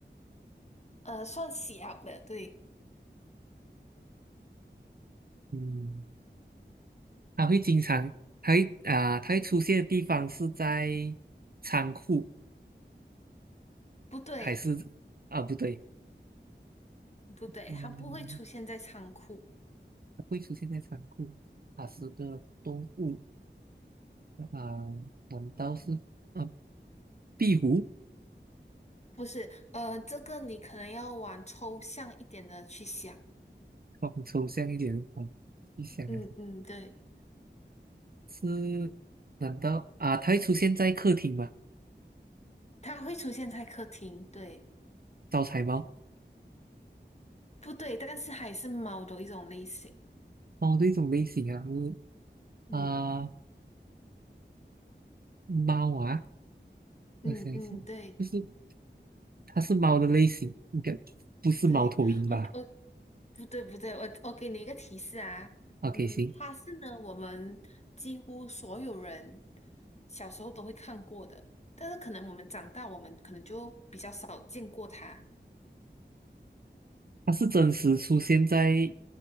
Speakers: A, on the left (about 35°); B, on the right (about 55°).
A: 呃，算小的，对，
B: 嗯，它会经常，它会啊、它会出现的地方是在仓库。
A: 不对，
B: 还是啊不对，
A: 不对，
B: 嗯，
A: 它不会出现在仓库，
B: 它会出现在仓库，它是个动物啊，难道是啊壁虎？
A: 不是，呃，这个你可能要往抽象一点的去想，
B: 往抽象一点往一想啊，
A: 嗯嗯，对，
B: 是难道啊它会出现在客厅吗？
A: 它会出现在客厅，对，
B: 招财猫，
A: 不对，但是还是猫的一种类型，
B: 猫的一种类型啊，是
A: 嗯
B: 啊猫啊，
A: 嗯嗯，
B: 我想一想，
A: 对。
B: 就是它是猫的类型，应该不是猫头鹰吧
A: 对，我我不对不对，我我给你一个提示啊，
B: ？OK，
A: 嗯，
B: 行。
A: 他是呢我们几乎所有人小时候都会看过的，但是可能我们长大，我们可能就比较少见过它。
B: 它是真实出现在